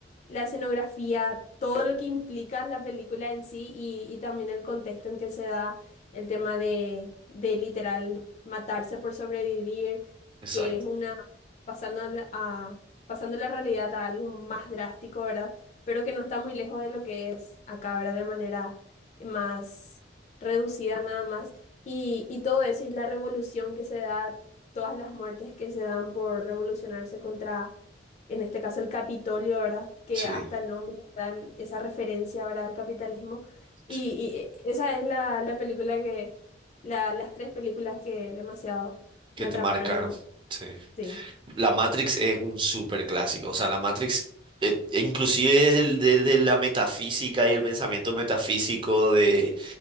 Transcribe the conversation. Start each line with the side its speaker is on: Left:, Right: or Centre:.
Left: la escenografía, todo lo que implica la película en sí y, y también el contexto en que se da el tema de, de literal matarse por sobrevivir,
Right: Exacto,
Left: que es una pasando la- a, pasando la realidad a algo más drástico, ¿verdad? Pero que no está muy lejos de lo que es acá, ¿verdad? De manera más reducida nada más. Y, y todo eso y la revolución que se da, todas las muertes que se dan por revolucionarse contra, en este caso, el Capitolio, ¿verdad? Que
Right: sí,
Left: hasta el nombre dan esa referencia, ¿verdad? Al capitalismo. Y,
Right: sí.
Left: y, eh, esa es la, la película que, la- las tres películas que demasiado
Right: que
Left: me atraparon
Right: te marcaron.
Left: y
Right: Sí.
Left: sí.
Right: La Matrix es un súper clásico. O sea, la Matrix, eh, inclusive el de, de la metafísica y el pensamiento metafísico de,